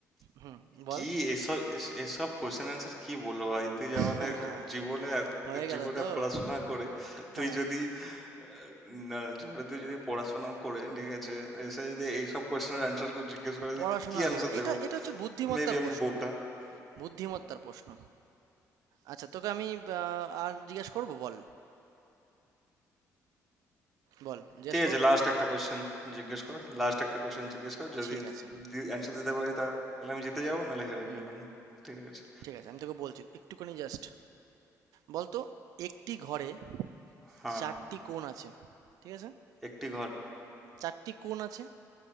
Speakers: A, on the right; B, in the centre.
A: হুম বল
B: কি এসব এস- এসব কোশ্চেন অ্যান্সার কি বলবো ভাই তুই
A: <laughs>
B: যখন এ- জীবনে এত-
A: হয়ে
B: জীবনে
A: গেল তো
B: পড়াশোনা করে তুই
A: হ্যাঁ
B: যদি আহ, না না, জীবনে তুই যদি পড়াশোনা করে ঠিক আছে এসে যদি এইসব কোশ্চেনের অ্যান্সার কেউ জিজ্ঞেস করে
A: পড়াশোনা
B: তুই কি অ্যান্সার
A: না এটা
B: দেবো
A: এটা হচ্ছে বুদ্ধিমত্তার
B: মেবি আমি
A: প্রশ্ন
B: বোকা
A: বুদ্ধিমত্তার
B: উম,
A: প্রশ্ন আচ্ছা তোকে আমি আহ, আর জিজ্ঞেস করব বল বল জিজ্ঞেস
B: ঠিক আছে
A: করব
B: লাস্ট একটা কোশ্চেন জিজ্ঞেস কর লাস্ট একটা কোশ্চেন জিজ্ঞেস কর যদি
A: ঠিক আছে
B: অ্যান্সার দিতে পারি তাহলে আমি জিতে যাবো নাহলে হেরে
A: হুম
B: গেলাম ঠিক আছে
A: ঠিক আছে আমি তোকে বলছি একটুখানি জাস্ট বলতো একটি ঘরে
B: হ্যাঁ
A: চারটি কোণ আছে ঠিক আছে
B: একটি ঘর
A: চারটি কোণ আছে